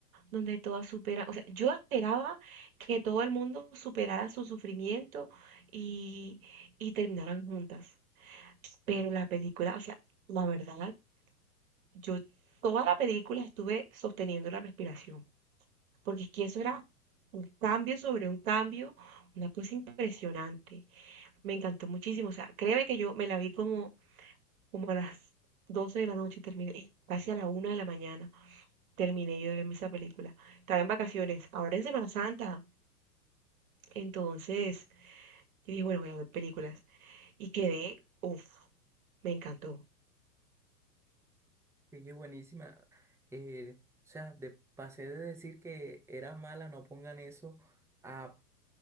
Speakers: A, on the right; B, in the centre.
A: donde todas superan. O sea, yo esperaba que todo el mundo superara su sufrimiento y, y terminaran juntas. Pero la película, o sea, la verdad, yo toda la película estuve sosteniendo la respiración. Porque es que eso era un cambio sobre un cambio, una cosa impresionante. Me encantó muchísimo. O sea, créeme que yo me la vi como, como a las 12 de la noche y terminé casi a la una de la mañana. terminé yo de verme esa película. Estaba en vacaciones, ahora en Semana Santa. Entonces, yo dije, bueno, voy a ver películas. Y quedé, uff, me encantó.
B: Sí, es buenísima. Eh, o sea, de, pasé de decir que era mala, no pongan eso, a